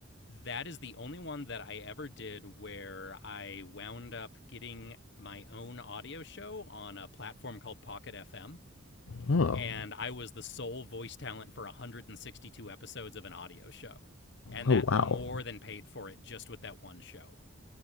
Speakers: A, on the left; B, on the left.
A: that is the only one that I ever did where I wound up getting my own audio show on a platform called Pocket FM,
B: Oh,
A: and I was the sole voice talent for 162 episodes of an audio show. And
B: oh
A: that more
B: wow.
A: than paid for it just with that one show.